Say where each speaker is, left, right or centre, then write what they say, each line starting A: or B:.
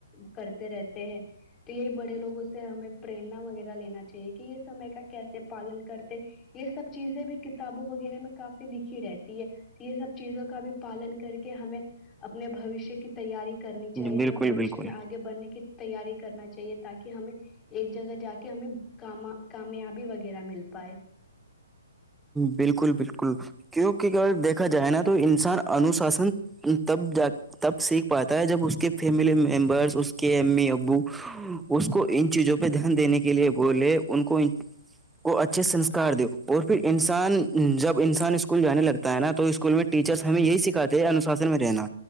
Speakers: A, on the left; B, in the centre.
A: کرتے رہتے ہیں تو یہی بڑے لوگوں سے ہمیں پریرنا وغیرہ لینا چاہیے کہ یہ سمے کا کیسے پالن کرتے یہ سب چیزیں بھی کتابوں وغیرہ میں کافی لکھی رہتی ہے یہ سب چیزوں کا بھی پالن کر کے ہمیں اپنے بوشیہ کی تیاری کرنی چاہیے
B: بالکل
A: ہمیں بوشیہ
B: بالکل
A: میں آگے بڑھنے کی تیاری کرنا چاہیے تاکہ ہمیں ایک جگہ جا کے ہمیں کام کامیابی وغیرہ مل پائے
B: بالکل بالکل کیوںکہ اگر دیکھا جائے نا تو انسان انوشاسن تب جات تب سیکھ پاتا ہے جب اس کے فیملی ممبرس اس کے امی ابو اس کو ان چیزوں پہ دھیان دینے کے لیے بولے ان کو ان کو اچھے سنسکار دو اور پھر انسان جب انسان اسکول جانے لگتا ہے نا تو اسکول میں ٹیچرس ہمیں یہی سکھاتے ہیں انوشاسن میں رہنا